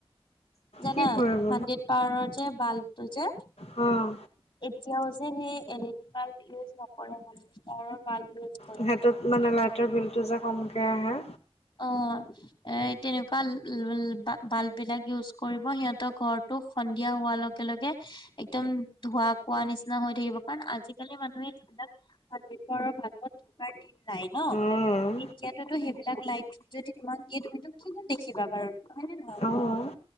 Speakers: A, on the left; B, on the left.
A: জানা,
B: কি কৰিব
A: হাণ্ড্ৰেড পাৱাৰৰ যে বাল্বটো যে-
B: উম
A: এতিয়াও যে সেই L E D bulb use নকৰে হ ষ্টাৰৰ বাল্ব ইউজ- কৰে।
B: সিহটোত মানে লাইটৰ বিলতটো যে কমকে আহে।
A: অঁ, এ তেনেকুৱা বাল্ব বাল্ব বিলাক- ইউজ কৰিব, সিহঁতৰ ঘৰতো সন্ধিয়া হোৱাৰ লগে লগে- একদম ধোৱা কোৱা নিচিনা হৈ থাকিব, কাৰণ আজিকালি মানুহে যিবিলাক- সন্দীপৰৰ ভাগত থকাৰ দিন নাই ন,
B: উম,
A: এতিয়াতো সেইবিলাক লাইট- যদি তোমাক দিয়ে, তুমিতো কিমান দেখিবা বাৰু হয়নে নহয়
B: অ'।
A: কোৱা?